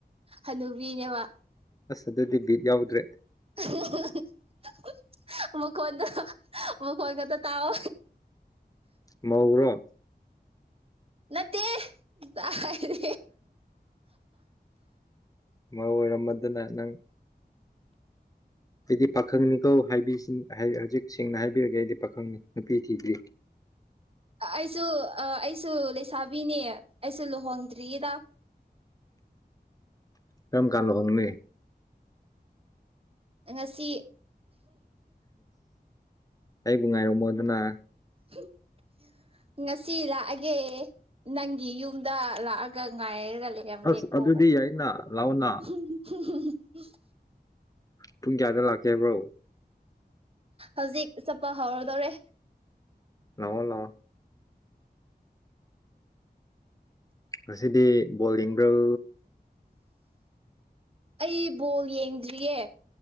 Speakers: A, on the right (about 35°); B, on the left (about 20°).
A: ꯍꯅꯨꯕꯤꯅꯦꯕ
B: ꯑꯁ ꯑꯗꯨꯗꯤ ꯕꯤꯠ ꯌꯥꯎꯗ꯭ꯔꯦ
A: <unintelligible> ꯃꯈꯣꯏ ꯃꯈꯈꯣꯏꯒꯗ ꯇꯥꯎ
B: ꯃꯧꯔꯣ
A: ꯅꯠꯇꯦ ꯀꯥꯏꯗꯩ
B: ꯑꯣꯏꯔꯝꯃꯗꯨꯅ ꯅꯪ ꯑꯩꯗꯤ ꯄꯥꯈꯪꯅꯤꯀꯣ ꯍꯥꯏ ꯍꯧꯖꯤꯛ ꯁꯦꯡꯅ ꯍꯥꯏꯕꯤꯔꯒꯦ ꯑꯩꯗꯤ ꯄꯥꯈꯪꯅꯤ ꯅꯨꯄꯤ ꯊꯤꯗ꯭ꯔꯤ
A: ꯑꯩꯁꯨ ꯑꯩꯁꯨ ꯂꯩꯁꯥꯕꯤꯅꯦ ꯑꯩꯁꯨ ꯂꯨꯍꯣꯡꯗ꯭ꯔꯤꯌꯦꯗ
B: ꯎ ꯀꯝ ꯀꯥꯟ ꯍꯣꯡꯅꯤ
A: ꯉꯁꯤ
B: ꯑꯩꯕꯨ ꯉꯥꯏꯔꯝꯃꯣꯗꯅ
A: ꯍ <unintelligible> ꯉꯁꯤ ꯂꯥꯛꯑꯒꯦ ꯅꯪꯒꯤ ꯌꯨꯝꯗ ꯂꯥꯛꯑꯒ ꯉꯥꯏꯔꯒ ꯂꯩ ꯑꯒꯦꯀꯣ
B: ꯑꯁ ꯑꯗꯨꯗꯤ ꯌꯥꯏꯅ ꯂꯥꯛꯑꯣꯅ
A: <unintelligible>
B: ꯄꯨꯡ ꯀꯌꯥꯗ ꯂꯥꯛꯀꯦ ꯍꯥꯏꯕ꯭ꯔꯣ
A: ꯍꯧꯖꯤꯛ ꯆꯠꯄ ꯍꯧꯔꯗꯧꯔꯦ
B: ꯂꯥꯎ ꯂꯥꯎ ꯉꯁꯤꯗꯤ ꯕꯣꯜ ꯌꯦꯡꯕꯔꯣ
A: ꯑꯩ ꯕꯣꯜ ꯌꯦꯡꯗ꯭ꯔꯤꯌꯦ